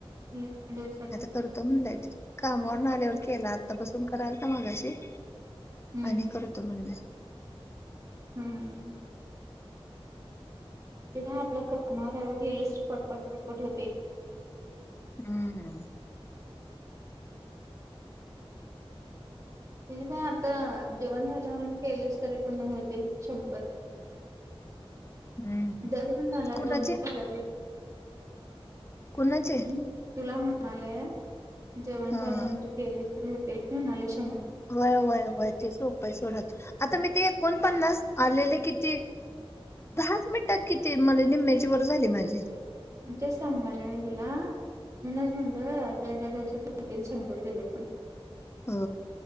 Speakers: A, on the right; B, on the left.
A: एका दिवसात
B: आता करतो म्हणलाय तो कामावरून आल्यावर केला आत्ता बसून करालता मागाशी
A: हम्म
B: आणि करतो म्हणलाय
A: हम्म. तेनव आपल करणार आहे केलीस तर पटपट होतय.
B: हम्म.
A: ते काय आता जेवण झाल्यावर आणि केलीच तरी पण होते शंभर.
B: हम्म
A: जस पण झालात
B: कुणाचे
A: दोनश झा
B: कुणाचे?
A: ह तुला म्ह मलेय जेवण
B: हा
A: झाल्यानंतर केलेच हो <inaudible>
B: वय वय वय ते सोपय सोडत. आता मी ते एकोणपन्नास आलेले किती दहाच मिनिटात किती म्हज निम्म्याची वर झाली माझी
A: तेच सांगाले मी तुला म्हणूनच म्हणल आता एकादशात होतील शंभरपे पण
B: हो.